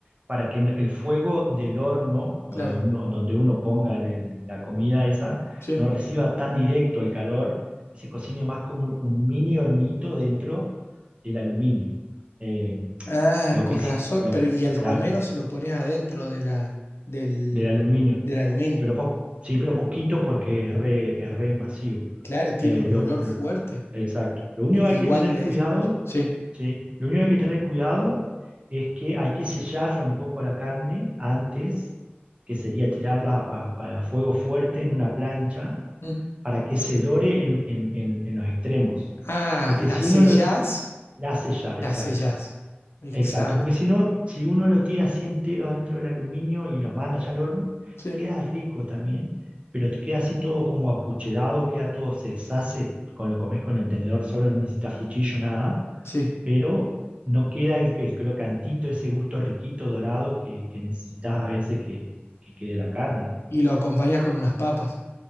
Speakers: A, on the right; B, on the left.
A: para que no- el fuego del horno o
B: Claro,
A: de uno, donde uno ponga el- el- la comida esa
B: sí.
A: no reciba tan directo el calor y se cocine más como un, un mini hornito dentro del aluminio. Eh,
B: Ah,
A: lo
B: con
A: que sí,
B: razón.
A: lo,
B: Pero y el
A: claro,
B: romero se lo pones adentro de la, del,
A: del aluminio.
B: del aluminio.
A: Pero po- sí, pero poquito porque es re, es re invasivo.
B: Claro, tiene
A: Eh,
B: un
A: lo,
B: olor
A: lo-
B: fuerte.
A: exacto. Lo único
B: E- Igual
A: que hay que tener
B: de
A: cuidado,
B: eso. uy, Sí.
A: ¿sí? Lo único que hay que tener cuidado es que hay que sellarla un poco la carne antes, que sería tirarla a, a fuego fuerte en una plancha
B: Mm.
A: para que se dore en, en- en- en los extremos.
B: Ah,
A: Porque
B: la
A: si
B: sellás,
A: uno lo... La sellar,
B: la
A: exacto.
B: sellás. Exacto.
A: Exacto, porque si no, si uno lo tira así entero dentro del aluminio y lo manda ya al horno,
B: Sí.
A: queda rico también, pero te queda así todo como apucherado, queda todo, se deshace, con lo comes con el tenedor solo, no necesitas cuchillo, nada,
B: Sí.
A: pero no queda el, el crocantito, ese gusto riquito dorado que, que necesitas a veces que, que quede la carne.
B: Y lo acompañás con unas papas.